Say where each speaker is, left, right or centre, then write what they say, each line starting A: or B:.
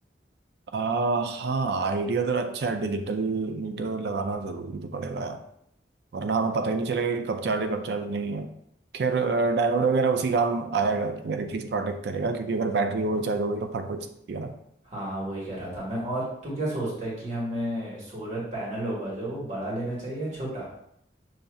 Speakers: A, on the right; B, on the right.
A: आ, हाँ आइडिया तो अच्छा है डिजिटल मीटर लगाना ज़रूरी तो पड़ेगा यार वरना हमें पता ही नहीं चलेगा कि कब चार्ज है कब चार्ज नहीं है खैर डायोड वगैरह उसी काम आएगा कि यार एटलीस्ट प्रोटेक्ट करेगा क्योंकि अगर बैटरी ओवर चार्ज हो गई तो फट फट सकती है ना
B: हाँ वही कह रहा था मैं और तू क्या सोचता है कि हमें सोलर पैनल होगा जो वो बड़ा लेना चाहिए या छोटा